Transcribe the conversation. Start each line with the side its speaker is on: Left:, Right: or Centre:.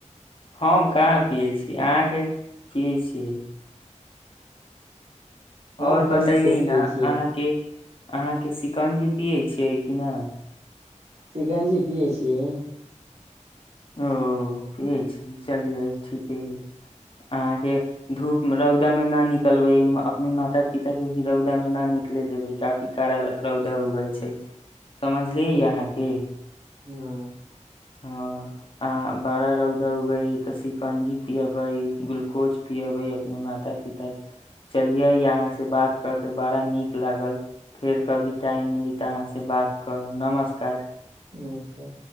Left: हम कहाँ पियै छी अहाँके पियै छियै
Right: हम
Left: आओर
Right: खरीद
Left: बताइयै
Right: के पियै
Left: न
Right: छियै
Left: अहाँके अहाँके शिकंजी पियैत छियै कि नहि
Right: चिकंजी पियै छीिय
Left: ओ पियै छी चलियै ठीके हइ अहाँके धूप रौदामे न निकलबै अपने माता पिता के भी रौदामे न निकले देबै काफी कड़ा रौदा उगै छै समझलियै अहाँके
Right: हँ
Left: हँ आ बड़ा रौदा उगे तऽ शिकंजी पियबै ग्लूकोज पियबे अपने माता पिता चलिये अहाँ से बात क के बड़ा नीक लागल फेर कभी टाइम मिली तऽ अहाँ से बात करब नमस्कार
Right: नमस्कार